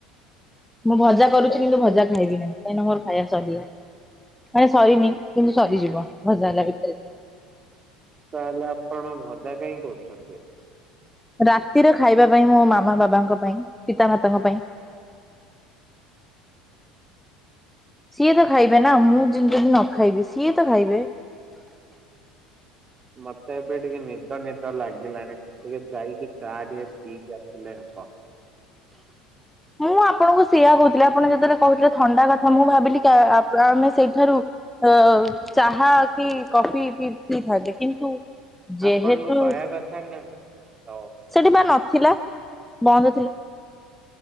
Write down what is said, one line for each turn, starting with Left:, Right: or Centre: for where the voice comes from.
Centre: ମୁଁ ଭଜା କରୁଛି କିନ୍ତୁ ଭଜା ଖାଇବି ନାହିଁ କାହିଁକି ନା ମୋର ଖାଇବା ସରିଯିବ। ମାନେ ସରିନି କିନ୍ତୁ ସରି ଯିବ ଭଜା ହେଲା ଭିତରେ।
Right: ତାହେଲେ ଆପଣ ଭଜା କାଇଁ କରୁଛନ୍ତି?
Centre: ରାତିରେ ଖାଇବା ପାଇଁ ମୋ ମାମା ବାବା ଙ୍କ ପାଇଁ ପିତା ମାତା ଙ୍କ ପାଇଁ। <inaudible> <unintelligible> ସିଏ ତ ଖାଇବେ ନା ମୁଁ ଯ ଯଦି ନ ଖାଇବି ସିଏ ତ ଖାଇବେ।
Right: ମତେ ଏବେ ଟିକେ ନିଦ ନିଦ ଲାଗିଲାଣି ଟିକେ ଯାଇକି ଚା ଟିକେ ପିଇକି ଆସିଲେ କ
Centre: ମୁଁ ଆପଣଙ୍କୁ ସେଇଆ କହୁଥିଲି ଆପଣ ଯେତେବେଳେ କହୁଥିଲେ ଥଣ୍ଡା କଥା ମୁଁ ଭାବିଲି କି ଆମେ ସେଇଠାରୁ ଅ ଚାହା କି କଫି ବି ପିଇଥାନ୍ତେ କିନ୍ତୁ ଯେହେତୁ
Right: ଆପଣଙ୍କୁ କହିବା କଥା ନା ତ
Centre: ସେଠି ବା ନଥିଲା। ବନ୍ଦ ଥିଲା।